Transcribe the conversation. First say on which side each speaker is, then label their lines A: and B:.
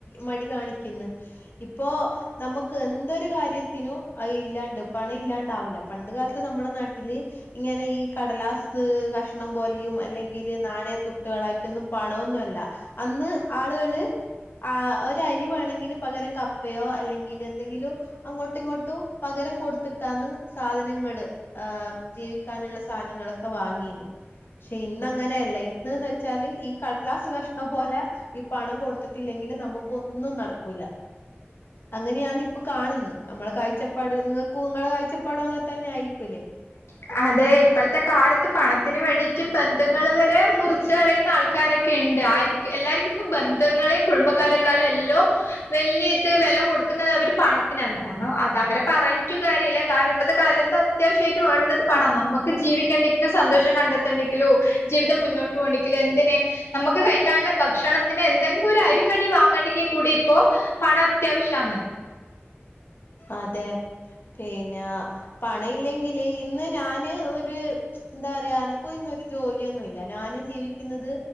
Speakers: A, on the left; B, on the left.
A: മടി കാണിക്കുന്ന് ഇപ്പോ നമുക്ക് എന്തൊരു കാര്യത്തിനും അഹ്ല്ലാണ്ട് പണം ഇല്ലാണ്ടാവൂല്ല പണ്ട് കാലത്ത് നമ്മളെ നാട്ടില് ഇങ്ങനെ ഈ കടലാസ് കഷ ഷ്ണം പോലെയും അല്ലെങ്കിൽ നാണയത്തൊട്ടുകളായിട്ടൊന്നും പണമൊന്നുമല്ല അന്ന് ആളുകള് ആ ഒരു അരി വേണമെങ്കിൽ പകരം കപ്പയോ അല്ലെങ്കിൽ എന്തെങ്കിലും അങ്ങോട്ടം ഇങ്ങോട്ടും പകരം കൊടുത്തിട്ടന്ന് സാധനങ്ങള് ആഹ ജീവിക്കാനുള്ള സാധനങ്ങളൊക്കെ വാങ്ങീന് പക്ഷെ ഇന്ന് അങ്ങനെയല്ല ഇന്ന് വ വെച്ചാല് ഈ കടലാസ് കഷ്ണം പോലെ ഈ പണം കൊടുത്തിടില്ലെക്കിൽ നമുക്ക് ഒന്നും നടക്കൂല
B: <unintelligible> <inaudible>
A: അങ്ങനെയാാണ് ഇപ്പൊ കാണുന്നത് നമ്മളെ കാഴ്ചപ്പാട് നിങ്ങൾക്കും നിങ്ങളെ കാഴ്ചപ്പാടും അങ്ങനെ തന്നെ ആയിരിക്കുംല്ലേ
B: ഉ <unintelligible> <inaudible> അത് ഇപ്പോഴത്തെ കാലത്ത് പണത്തിന് വേണ്ടിട്ട് ബന്ധങ്ങൾ വരെ മുറിച്ച് കളയുന്ന ആൾക്കാരൊക്കെ ഉണ്ട് ആരിക്കും എല്ലാർക്കും ഇപ്പം ബന്ധങ്ങളെയും കുടുംബക്കാരെക്കാളും എല്ലോ വലിയ ഇത് വില കൊടുക്കുന്നത് അവര് പണത്തിനാണ് കാരണം അത് അവരെ പറഞ്ഞട്ടു കാര്യല്ല കാരണം ഇപ്പഴത്തെ കാലത്ത് അത്യാവശ്യമായിട്ട് വേണുന്നത് പണം നമ്മുക്ക് ജീവിക്കേണ്ടെങ്കിലും സന്തോഷം കണ്ടെത്തേണ്ടെങ്കിലോ ജീവിതം മുന്നോട്ട് പോണ്ടിക്കിൽ എന്തിന് നമുക്ക് കഴിക്കാനുള്ള ഭക്ഷണത്തിന് എന്തെങ്കിലും ഒരു അരിമണി വാങ്ങണ്ടെങ്ക കൂടി ഇപ്പൊ പണം അത്യാവശ്യന്ന്
A: അതെ പിന്നെ പണ ഇല്ലെങ്കില് ഇന്ന് ഞാന് ഒരു എന്താ പറയാ എനക്കും ഇന്നൊരു ജോലിയൊന്നും ഇല്ല ഞാന് ജീവിക്കുന്നത്